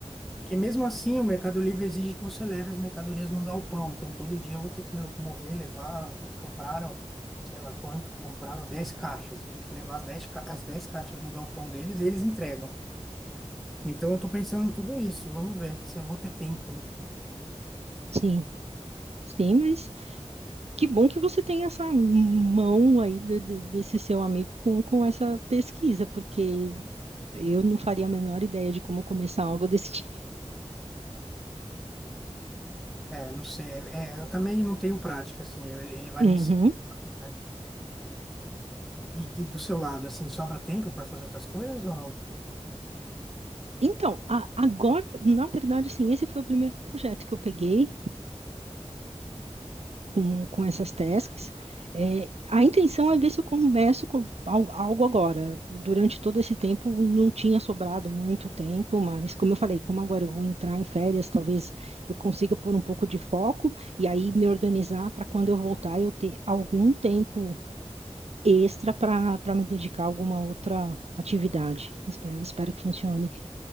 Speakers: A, in the centre; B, on the right.
A: Porque mesmo assim, o Mercado Livre exige que você leve as mercadorias num galpão. Então, todo dia eu vou ter que me locomover, levar. Compraram, sei lá quanto que compraram, 10 caixas. Eu tenho que levar as dez ca- as 10 caixas no galpão deles e eles entregam. Então, eu tô pensando em tudo isso. Vamos ver se eu vou ter tempo, né?
B: Sim, sim, mas que bom que você tem essa mão aí de- de- desse seu amigo com, com essa pesquisa, porque eu não faria a menor ideia de como começar algo desse tipo.
A: É, não sei. É, é, eu também não tenho prática, assim. eu- ele vai
B: Uhum.
A: me ensinar, né? E, e do seu lado, assim, sobra tempo para fazer outras coisas ou não?
B: Então, a- agora, na verdade, assim, esse foi o primeiro projeto que eu peguei, com, com essas tasks. É, a intenção é ver se eu começo com al- algo agora. Durante todo esse tempo não tinha sobrado muito tempo, mas como eu falei, como agora eu vou entrar em férias, talvez eu consiga pôr um pouco de foco e aí me organizar para quando eu voltar eu ter algum tempo extra para para me dedicar a alguma outra atividade. Espero, espero que funcione.